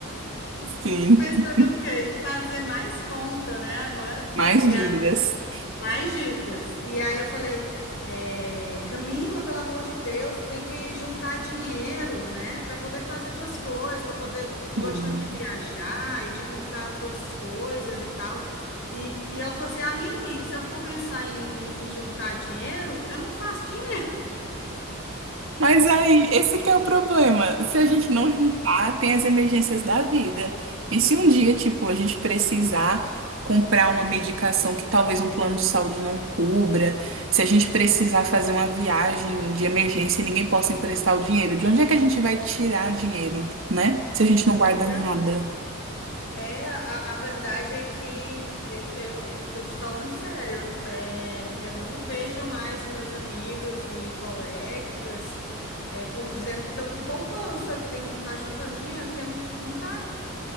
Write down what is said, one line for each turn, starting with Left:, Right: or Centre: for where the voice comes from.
Right: sim,
Left: <laughs> Pensando o quê? Em Fazer mais conta, né? Agora.
Right: mais
Left: E
Right: dívidas.
Left: mais dívidas. E aí eu falei, é, Camila, pelo amor de Deus, tu tem que juntar dinheiro, né, para poder fazer tuas coisas, para poder, tu
Right: Sim.
Left: gostando de viajar e de comprar tuas coisas e tal. E, e ela falou assim, Aline, se eu for pensar em, em- em juntar dinheiro, eu não faço dinheiro.
Right: Mas aí, esse que é o problema. Se a gente não juntar, tem as emergências da vida. E se um dia, tipo, a gente precisar comprar uma medicação que talvez um plano de saúde não cubra, se a gente precisar fazer uma viagem de emergência e ninguém possa emprestar o dinheiro, de onde é que a gente vai tirar dinheiro, né? Se
Left: <laughs>
Right: a gente não guarda
Left: é.
Right: nada.
Left: É, a, a verdade é que eu eu tô te falando sério, é, eu não vejo mais meus amigos e colegas é, com, dizendo que estão com poupança, que tem, tá juntando dinheiro, porque não, não tá,